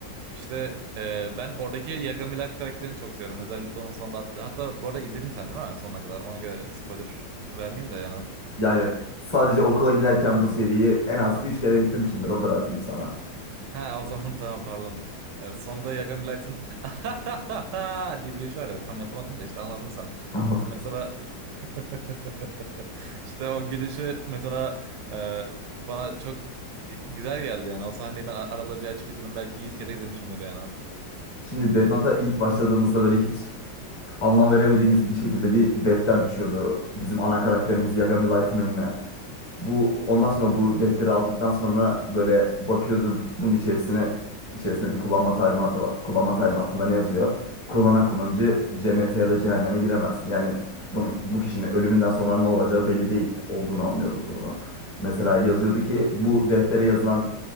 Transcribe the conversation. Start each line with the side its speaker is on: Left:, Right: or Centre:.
Right: İşte e, ben oradaki Yagami Light karakterini çok seviyorum. Özellikle onun sonunda attığı. Hatta bu arada izledin sen değil mi sonuna kadar? Ona göre spoiler vermeyeyim de yani.
Left: Yani sadece okula giderken bu seriyi en az 3 kere bitirmişimdir o kadar diyeyim sana.
Right: Ha o zaman <laughs> tamam pardon. Ee, sonda Yagan Blight'ın <laughs> diye bir gülüş var ya tam yapamadım da işte anladın sen.
Left: <laughs> Anladım.
Right: Mesela <laughs> işte o gülüşü mesela e, bana çok e, güzel geldi yani. O sahneyi ben arada bir açıp izlerim belki 100 kere izlemişimdir yani.
Left: Şimdi Death Note'a ilk başladığımızda böyle hiç anlam veremediğimiz bir şekilde bir defter düşüyordu bizim ana karakterimiz Yagami Light'ın önüne. Bu ondan sonra bu defteri aldıktan sonra böyle bakıyordu bunun içerisine içerisinde bir kullanma talimatı var. Kullanma talimatında ne yazıyor? Kullanan kullanıcı cennete ya da cehenneme giremez. Yani bunun bu kişinin ölümünden sonra ne olacağı belli değil olduğunu anlıyoruz buradan. Mesela yazıyordu ki bu deftere yazılan